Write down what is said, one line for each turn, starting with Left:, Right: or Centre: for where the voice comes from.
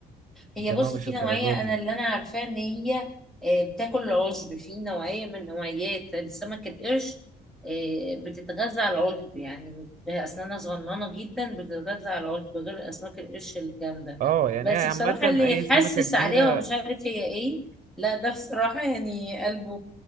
Centre: هي
Right: الجماعة
Centre: بصي
Right: مش
Centre: في
Right: الدرجات
Centre: نوعيه
Right: دي
Centre: انا اللي انا عارفاه ان هي آه، بتاكل العشب في نوعيه من نوعيات السمك القرش آه، بتتغذى على العشب يعني هي اسنانها صغننه جدا بتتغذى على العشب غير اسماك القرش الجامده
Right: اه يعني
Centre: بس
Right: هي
Centre: بصراحه
Right: عامة
Centre: اللي
Right: اي
Centre: يحسس
Right: سمكة كبيرة
Centre: عليها ومش عارف هي ايه لا ده بصراحه يعني قلبه